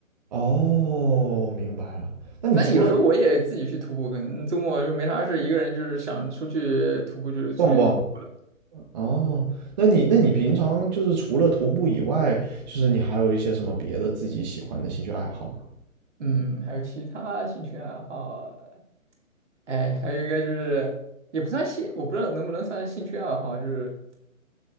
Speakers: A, on the right; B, on the right.
A: 啊。哦，明白了。那你除了
B: 但有时候我也自己去徒步，可能周末就没啥事，一个人就是想出去徒步就出去徒步了。
A: 逛逛，哦，那你那你平常就是除了徒步以外，就是你还有一些什么别的自己喜欢的兴趣爱好吗？
B: 嗯，还有其他兴趣爱好，哎，还有一个就是也不算兴，我不知道能不能算兴趣爱好，就是